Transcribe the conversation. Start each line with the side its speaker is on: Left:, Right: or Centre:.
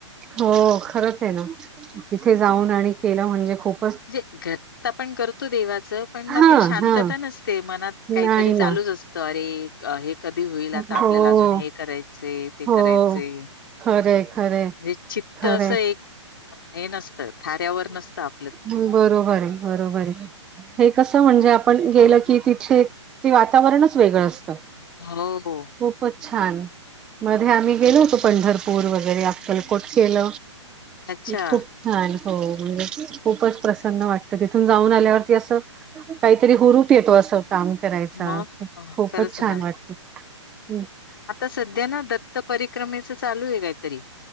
Centre: हो खरच ये ना, तिथे जाऊन आणि केल म्हणजे खूप
Left: जे घरात आपण करतो देवाच पण मग
Centre: हां,
Left: ते शांतता
Centre: हां.
Left: नसते मनात काहीतरी
Centre: नाही
Left: चालू
Centre: ना.
Left: असत, अरे हे कधी होईल
Centre: हो,
Left: आता आपल्याला अजून हे करायचय ते
Centre: हो.
Left: करायचय
Centre: खरं आहे, खरं आहे,
Left: म्हणजे चित्त
Centre: खरं
Left: अस
Centre: आहे.
Left: एक हे नसत थाऱ्यावर नसत आप
Centre: ह बरोबर ये बरोबर ये हे कस म्हणजे आपण गेल की तिथे ते वातावरणच वेगळ असत.
Left: हो.
Centre: खूपच छान मध्ये आम्ही गेलो होतो पंढरपूर वगैरे अक्कलकोट केल.
Left: अच्छा.
Centre: खूप छान हो म्हणजे खूपच प्रसन्न वाटत, तिथून जाऊन आल्यावरती अस काहीतरी हुरूप येतो अस काम करायचा
Left: मग
Centre: खूपच
Left: खरंच
Centre: छान
Left: ना.
Centre: वाटत. हम
Left: आता सध्या ना दत्त परिक्रमेच चालू ये कायी तरी